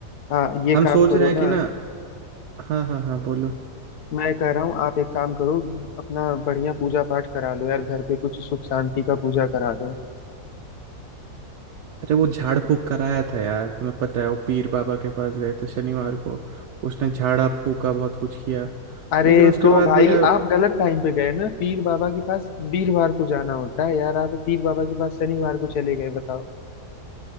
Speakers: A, on the left; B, on the right.
A: हाँ ये
B: हम
A: काम
B: सोच
A: करो
B: रहे हैं कि
A: ना
B: ना हाँ हाँ हाँ बोलो
A: मैं कह रहा हूँ आप एक काम करो अपना बढ़िया पूजा पाठ करा लो यार घर पे कुछ सुख शांति का पूजा करा लो
B: अरे वो झाड़ फूक कराया था यार तुम्हें पता है वो पीर बाबा के पास गए थे शनिवार को उसने झाड़ा फूका बहुत कुछ किया
A: अरे
B: लेकिन उसके
A: तो
B: बाद
A: भाई
B: भी यार
A: आप गलत टाइम पे गए ना पीर बाबा के पास वीरवार को जाना होता है यार आप पीर बाबा के पास शनिवार को चले गए बताओ